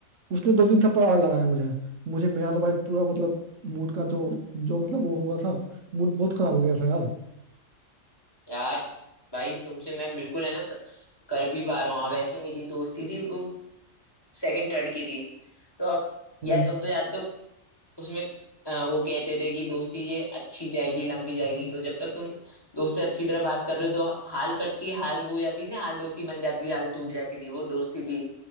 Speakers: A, on the right (about 85°); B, on the left (about 20°).
A: उसने दो तीन थप्पड़ और लगाए मुझे मुझे मेरा तो भाई पूरा मतलब मूड का जो जो मतलब वो हुआ था मूड बहुत खराब हो गया था यार
B: यार भाई तुमसे मैं बिल्कुल है ना स- कर भी पा रहा हूँ अब ऐसी मेरी दोस्ती थी वो सेकंड थर्ड की थी तो अब यार
A: हम्म।
B: तुम तो जानते हो उसमें अ, वो कहते थे कि दोस्ती ये अच्छी जाएगी लंबी जाएगी तो जब तक तुम दोस्त से अच्छी तरह बात कर रहे हो तो हाल कट्टी हाल वो हो जाती थी ना हाल दोस्ती बन जाती थी हाल टूट जाती थी वो दोस्ती थी